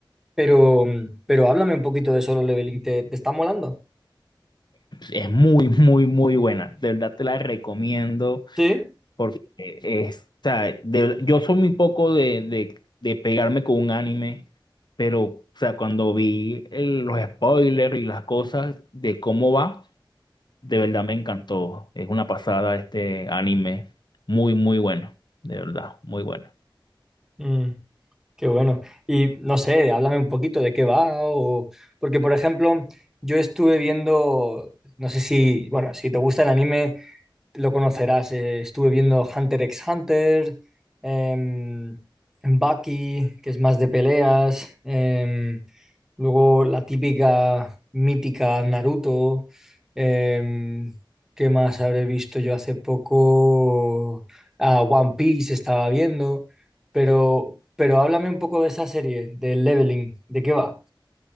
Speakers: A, in the centre; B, on the left (about 60°).
A: pero, pero háblame un poquito de Solo Leveling. ¿Te, te está molando?
B: Es muy, muy, muy buena. De verdad te la recomiendo
A: Sí.
B: porque es, o sea, de- yo soy muy poco de, de, de pegarme con un anime, pero o sea, cuando vi el- los spoilers y las cosas de cómo va. De verdad me encantó. Es una pasada este anime. Muy, muy bueno. De verdad, muy bueno.
A: Mm. Qué bueno. Y no sé, háblame un poquito de qué va o porque por ejemplo, yo estuve viendo, no sé si, bueno, si te gusta el anime, lo conocerás. eh, estuve viendo Hunter x Hunter, em, Bucky, que es más de peleas, em, luego la típica mítica Naruto. em, ¿qué más habré visto yo hace poco? Ah, One Piece estaba viendo, pero, pero háblame un poco de esa serie, del Leveling, ¿de qué va?